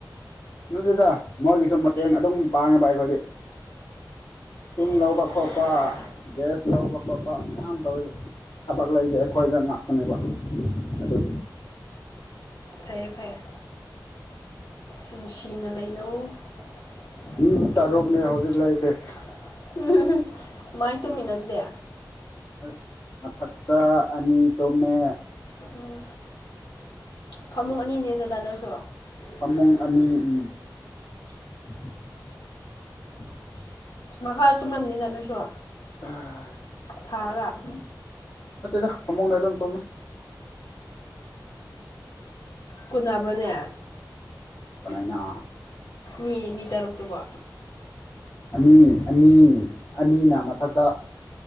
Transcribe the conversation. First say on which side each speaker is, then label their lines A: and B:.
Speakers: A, on the left (about 60°); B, on the left (about 85°).
A: ꯅꯦꯗ ꯃꯣꯏꯒꯤꯁꯨ ꯃꯇꯦꯡ ꯑꯗꯨꯝ ꯄꯥꯡꯉꯦꯕ ꯑꯩꯈꯣꯏꯗꯤ ꯊꯨꯝ ꯂꯧꯕ ꯈꯣꯠꯄ ꯒ꯭ꯌꯥꯁ ꯂꯧꯕ ꯈꯣꯠꯄ ꯃꯌꯥꯝ ꯇꯧꯑꯦꯕ ꯊꯕꯛ ꯂꯩꯒꯦ ꯑꯩꯈꯣꯏꯗ ꯉꯍ ꯀꯕ ꯑꯗꯣ
B: ꯐꯩꯌꯦ ꯐꯩꯌꯦꯦ ꯅꯨꯡꯁꯤꯅ ꯂꯩꯅꯧꯃꯥꯏ
A: ꯃꯤ ꯇꯔꯨꯛꯅꯦ ꯍꯧꯖꯤꯛ ꯂꯩꯔꯤꯁꯦ
B: ꯇꯨꯃꯤꯟꯅꯗꯨꯗꯦ
A: ꯑꯁ ꯃ ꯐꯛꯇ ꯑꯅꯤ ꯇꯣ ꯃ
B: ꯎꯝ ꯐꯃꯨꯡ ꯑꯅꯤꯅꯦ ꯑꯗꯨꯗ ꯅꯣꯏꯁꯨ
A: ꯐꯃꯨꯡ ꯑꯅꯤ ꯎꯝ <inaudible>
B: ꯃꯍꯥ ꯆꯨꯝꯅꯝꯅꯤꯅ ꯅꯣꯏꯁꯨꯣ
A: ꯑ
B: ꯊꯥꯔꯒ
A: ꯅꯠꯇꯦꯗ ꯐꯃꯨꯡꯗ ꯑꯗꯨꯝ ꯇꯨꯝꯃꯦ
B: ꯀꯨꯅꯕ꯭ꯔꯅꯦ
A: ꯀꯅꯥꯅ
B: ꯃꯤ ꯃꯤ ꯇꯔꯨꯛꯇꯨꯕꯣ
A: ꯑꯅꯤ ꯑꯅꯤ ꯑꯅꯤꯅ ꯃꯊꯛꯇ